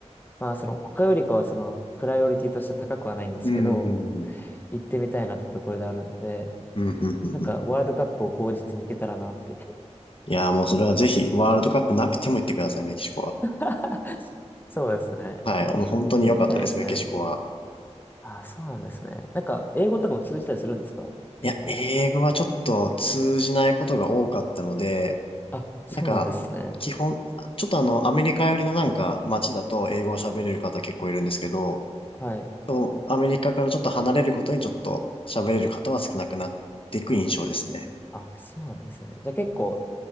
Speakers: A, on the left; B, on the left.
A: まあ、その、他よりかは、その、プライオリティとしては高くはないんですけど、
B: うん、うん、
A: 行ってみたいなってところであるので、
B: うん、うん、うん、うん。
A: なんかワールドカップを口実に行けたらなって。
B: うんいやー、もうそれはぜひ、ワールドカップなくても行ってください、メキシコは。
A: <laughs> そうですね。
B: はい、もう本当に良かったです、
A: 行ってみたいですね。
B: メキシコは。
A: ああ、そうなんですね。なんか、英語とかも通じたりするんですか結構。
B: いや、英語はちょっと通じないことが多かったので、
A: あ、そうなんですね。
B: なんか、基本、ちょっとあの、アメリカ寄りのなんか街だと英語を喋れる方結構いるんですけど、
A: はい。
B: そうアメリカからちょっと離れることにちょっと喋れる方は少なくなっていく印象ですね。
A: あ、そうなんですね。じゃあ結構、